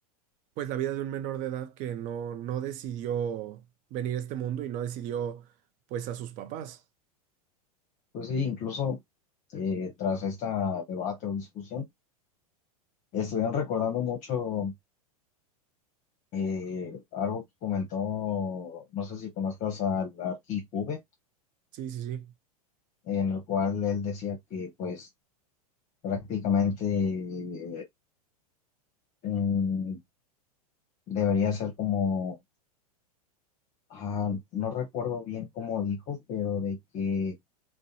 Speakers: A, on the right; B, on the left.
A: pues la vida de un menor de edad que no, no decidió venir a este mundo y no decidió pues a sus papás.
B: Pues sí, incluso eh, tras esta debate o discusión, estuvieron recordando mucho eh, algo que comentó, no sé si conozcas al Arqui Juve,
A: Sí, sí, sí.
B: en el cual él decía que pues prácticamente... eh, mm, Debería ser como, ah, no recuerdo bien cómo dijo, pero de que